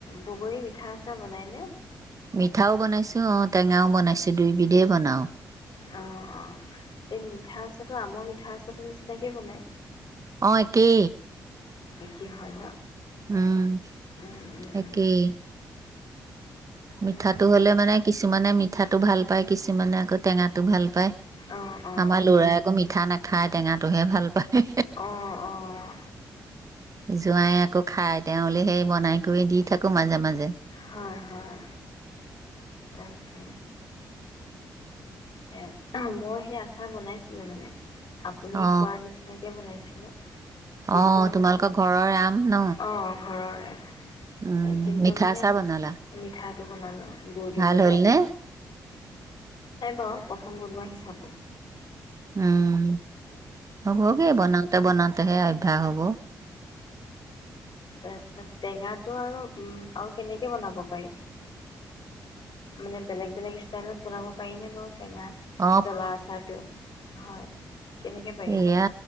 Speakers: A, on the left; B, on the right.
A: বগৰী মিঠা আছে বনাইনে।
B: মিঠাও বনাইছো অ টেঙাও বনাইছো দুইবিধে বনাওঁ।
A: অঁ অঁ এই মিঠা আচাৰটো আমৰ মিঠা আচুটো নিচিনাকে বনাই।
B: তাকে
A: একেই হয় ন।
B: উম
A: উম উম
B: তাকেই
A: তাকে
B: মিঠাটো হ'লে মানে কি কিছুমানে মিঠাটো ভাল পায়, কিছুমানে আকৌ টেঙাটো ভাল পায়,
A: অঁ অঁ
B: আমাৰ লৰাই আকৌ মিঠা নাখায় টেঙাটোহে ভাল পায়।
A: অঁ অঁ
B: জোঁৱাই আকৌ খাই তেওঁলে সেই বনাই কৰি দি থাকো মাজে মাজে
A: হয় হয় তাকে সেয়া মই সেই আচাৰ বনাইছিলো মানে আপুনি
B: অ
A: কোৱাৰ নিচিনাকে বনাইছে। <unintelligible> কিন্তু
B: অ
A: মোক
B: তোমালোকৰ ঘৰৰ আম ন
A: অ ঘৰৰে এ
B: উম
A: কিন্তু
B: মিঠা
A: মানে
B: আচাৰ বনালা
A: মিঠাটো বনালো গুৰ দি
B: ভাল
A: পেলাই
B: হ'ল নে
A: নাই বাৰু প্ৰথম বনোৱা হিচাপো
B: উম হ'বগে বনাওঁতে বনাওঁতে হে, অভ্যস হ'ব
A: তাৰ পিছত টেঙাটো আৰু উ আৰু কেনেকে বনাব পাৰি মানে বেলেগ বেলেগ ষ্টাইলত বনাব পাৰিনে বাৰু। টেঙা
B: অ
A: জলা আচাৰটো হয়। কেনেকৈ পাৰিব
B: ইয়া